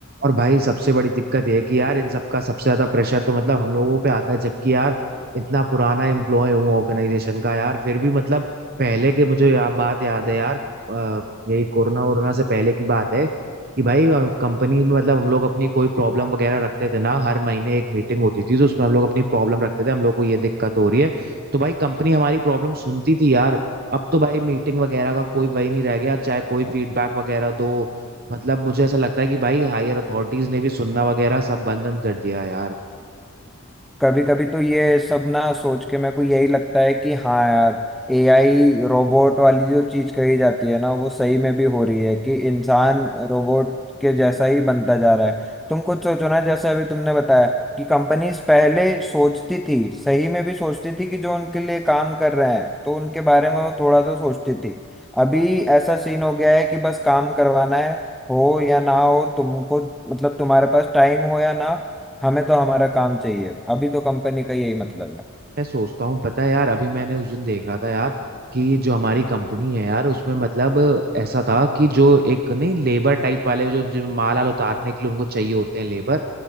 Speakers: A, on the right; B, in the centre.
A: और भाई सबसे बड़ी दिक्कत ये है कि यार इन सबका सबसे ज्यादा प्रेशर तो मतलब हम लोगों पे आता है जबकि यार इतना पुराना एम्प्लॉय हूँ ऑर्गेनाइजेशन का यार फिर भी मतलब पहले के मुझे या, बात याद है यार अ, यही कोरोना वोरोना से पहले की बात है कि भाई कंपनी में मतलब हम लोग अपनी कोई प्रॉब्लम वगैरह रखते थे ना हर महीने एक मीटिंग होती थी तो उसमें हम लोग अपनी प्रॉब्लम रखते थे हम लोग को ये दिक्कत हो रही है तो भाई कंपनी हमारी प्रॉब्लम सुनती थी यार अब तो भाई मीटिंग वगैरह का कोई वही नहीं रह गया चाहे कोई फीडबैक वगैरह दो मतलब मुझे ऐसा लगता है कि भाई हायर अथॉरिटीज ने भी सुनना वगैरह सब बंद बंद कर दिया है यार
B: कभी कभी तो ये सब ना सोच के मेरे को यही लगता है कि हाँ यार एआई रोबोट वाली जो चीज कही जाती है ना वो सही में भी हो रही है कि इंसान रोबोट के जैसा ही बनता जा रहा है तुम खुद सोचो ना जैसे अभी तुमने बताया कि कंपनीज पहले सोचती थी सही में भी सोचती थी कि जो उनके लिए काम कर रहे हैं तो उनके बारे में वो थोड़ा तो सोचती थी अभी ऐसा सीन हो गया है कि बस काम करवाना है हो या ना हो तुमको मतलब तुम्हारे पास टाइम हो या ना हमें तो हमारा काम चाहिए अभी तो कंपनी का यही मतलब है
A: मैं सोचता हूँ पता है यार अभी मैंने उस दिन देख रहा था यार कि जो हमारी कंपनी है यार उसमें मतलब ऐसा था कि जो एक नहीं लेबर टाइप वाले जो जो माल आल उतारने के लिए उनको चाहिए होते हैं लेबर